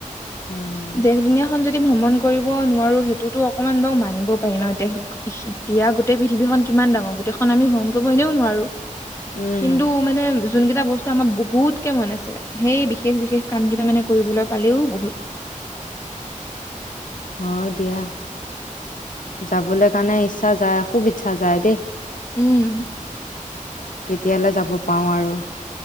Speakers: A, on the left (about 75°); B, on the left (about 20°).
A: উম
B: দেশ দুনীয়াখনন যদি ভ্ৰমণ কৰিব নোৱাৰো, সেইটোতো অকনমান বাৰু মানিব পাৰি ন'। দেশ এতিয়া গোটেই পৃথিৱীখন কিমান ডাঙৰ, গোটেইখন আমি ভ্ৰমণ কৰিব এনেওঁ নোৱাৰো।
A: উম
B: কিন্তু মানে যোন কেইটা বস্তু আমাক বহুতকে মন আছে, সেই বিশেষ বিশেষ কাম কেইটা মানে কৰিবলৈ পালেওঁ বহুত।
A: হয়', দিয়া, যাবলৈ কাৰণে ইচ্ছা যায় খুব ইচ্ছা যায় দেই।
B: উম',।
A: কেতিয়ালৈ যাব পাওঁ আৰু।